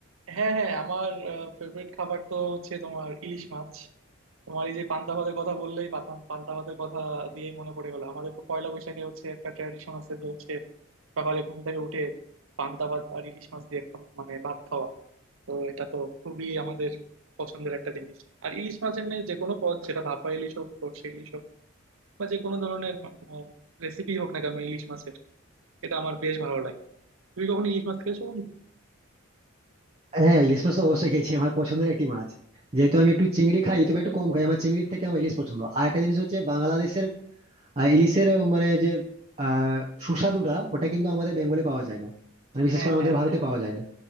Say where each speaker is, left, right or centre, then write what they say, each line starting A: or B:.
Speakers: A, on the right; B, on the right.
A: হ্যাঁ হ্যাঁ আমার ফেভারিট খাবার তো হচ্ছে তোমার ইলিশ মাছ তোমার এই যে পান্তা ভাতের কথা বললেই পাতা- পান্তা ভাতের কথা দিয়েই মনে পড়ে গেল আমাদের তো পয়লা বৈশাখে হচ্ছে একটা ট্র্যাডিশন আছে যে হচ্ছে সকালে ঘুম থেকে উঠে পান্তা ভাত আর ইলিশ মাছ দিয়ে একটা মানে ভাত খাওয়া তো এটা তো খুবই আমাদের পছন্দের একটা জিনিস আর ইলিশ মাছ এমনি যে কোনো পদ সেটা ভাপা ইলিশ হোক সর্ষে ইলিশ হোক বা যে কোনো ধরনের রেসিপি হোক না কেন ইলিশ মাছের এটা আমার বেশ ভালো লাগে তুমি কখন ইলিশ মাছ খেয়েছো বন্ধু
B: হ্যাঁ ইলিশ মাছ তো অবশ্যই খেয়েছি আমার পছন্দের একটি মাছ যেহেতু আমি একটু চিংড়ি খাই তবে একটু কম খাই আমার চিংড়ির থেকে আমার ইলিশ পছন্দ আর একটা জিনিস হচ্ছে বাংলাদেশের আহ, ইলিশের মানে যে আহ সুস্বাদুটা ওটা কিন্তু আমাদের বেঙ্গলে পাওয়া যায় না মানে বিশেষ
A: হ্যাঁ
B: করে
A: হ্যাঁ
B: আমাদের ভারতে
A: হ্যাঁ
B: পাওয়া যায় না